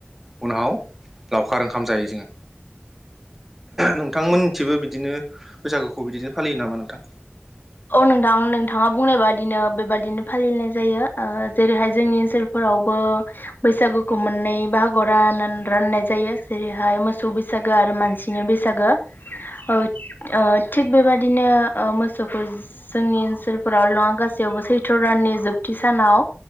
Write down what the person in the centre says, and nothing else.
उनाव लावखारो ओंखाम जायो जोङो नोंथांमोन थिबो बिदिनो बैसागुखौ बिदिनो फालियो नामा नोंथां?